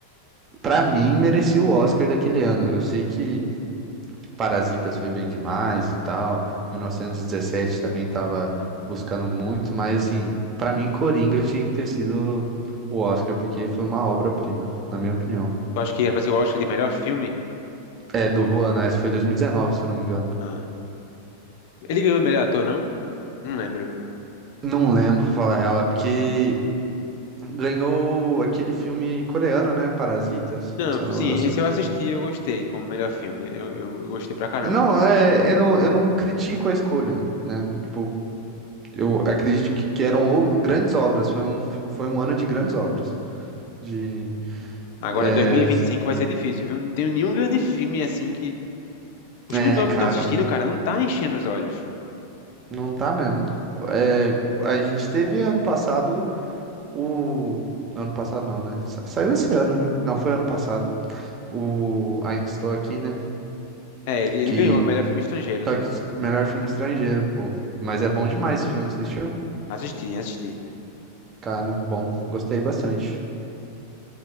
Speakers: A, on the right; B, on the left.
A: Pra mim, merecia o Oscar daquele ano. Eu sei que Parasitas foi bem demais e tal, 1917 também tava buscando muito, mas assim, pra mim, Coringa tinha que ter sido o Oscar, porque foi uma obra-prima, na minha opinião.
B: Eu acho que era pra ser o Oscar de melhor filme.
A: É, do ano, essa foi 2019, se eu não me engano.
B: Ah. Ele ganhou o melhor ator, não? Não lembro.
A: Não lembro, pra falar a real, é porque Ganhou aquele filme coreano, né? Parasitas.
B: Não,
A: Se eu não,
B: sim,
A: eu só-
B: esse eu assisti e eu gostei como melhor filme. Eu, eu, eu gostei pra caramba.
A: não, é, eu não, eu não critico a escolha, né? Tipo, eu acredito que, que eram o- grandes obras. Foi um, foi um ano de grandes obras. De,
B: Agora 2025
A: é,
B: vai ser difícil, viu? Não tenho nenhum grande filme assim que Os
A: é,
B: filmes novos
A: cara,
B: que tá assistindo, cara, não tá enchendo os olhos.
A: não tá mesmo. É, a gente teve ano passado o. Ano passado não, né? Sa- Saiu esse ano, né? Não, foi ano passado. O Ainda Estou Aqui, né?
B: É, ele, ele
A: Que.
B: ganhou o melhor filme estrangeiro,
A: Só
B: né?
A: que melhor filme estrangeiro, pô. Mas é bom demais esse filme, assistiu?
B: Assisti, assisti.
A: Cara, bom, gostei bastante.